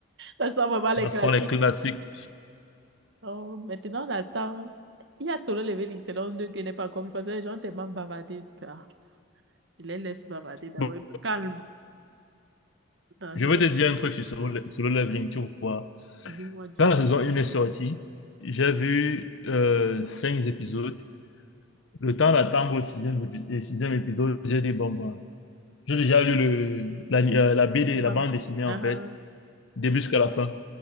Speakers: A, on the right; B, on the left.
A: Ça sent vraiment les
B: Ce
A: classiques.
B: sont les classiques.
A: Oh, maintenant, on attend. Il y a Solo Leveling, c'est l'un deux qui n'est pas encore vu parce que les gens tellement bavardés. Du coup, ah, je les laisse bavarder d'abord.
B: Bon,
A: Calme. Attends,
B: je
A: je
B: vais
A: vais.
B: te dire un truc sur Solo, Solo Leveling, tu vois.
A: Dis-moi, dis-moi.
B: Quand la saison 1 est sortie, j'ai vu euh, 5 épisodes. Le temps d'attendre le sixième, épi- le sixième épisode, j'ai dit, bon, ben, J'ai déjà lu le, la, euh, la BD,
A: tu manques.
B: la bande dessinée, en
A: Ah,
B: fait,
A: ah,
B: début jusqu'à la fin.